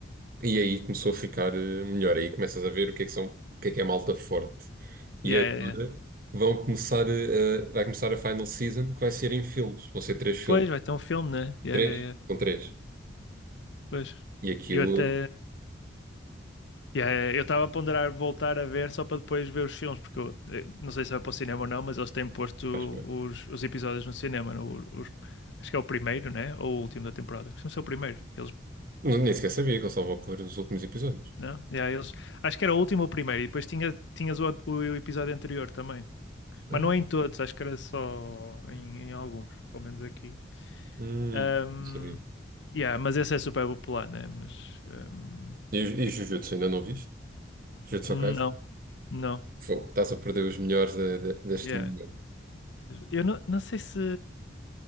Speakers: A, on the right; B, on the left.
A: E aí começou a ficar eh, melhor. Aí começas a ver o que é que são, o que é que é malta forte.
B: Yeah,
A: E agora
B: yeah, yeah.
A: vão começar eh, a, vai começar a final season que vai ser em filmes. Vão ser três filmes.
B: Pois, vai ter um filme, né? Yeah,
A: Três?
B: yeah, yeah.
A: São três.
B: Pois.
A: E aquilo,
B: Eu até. Yeah, eu estava a ponderar voltar a ver só para depois ver os filmes, porque eu, eu não sei se vai para o cinema ou não, mas eles têm posto
A: acho bem.
B: os, os episódios no cinema. no- os- acho que é o primeiro, né? Ou o último da temporada. Costuma ser o primeiro. Eles,
A: Não- Nem sequer sabia que eu só vou pôr os últimos episódios.
B: não? Yeah, eles, acho que era o último ou o primeiro, e depois tinha, tinhas o, o episódio anterior também. Mas
A: Ah,
B: não é em todos, acho que era só em, em alguns, pelo menos aqui.
A: hum,
B: Ahm,
A: não sabia.
B: yeah, mas esse é super popular, né? Mas. ahm,
A: E, e
B: que-
A: Jujutsu, ainda não viste? Jujutsu
B: não,
A: Kaisen?
B: não.
A: Fogo, estás a perder os melhores de- de- deste
B: Yeah.
A: momento.
B: Eu não, não sei se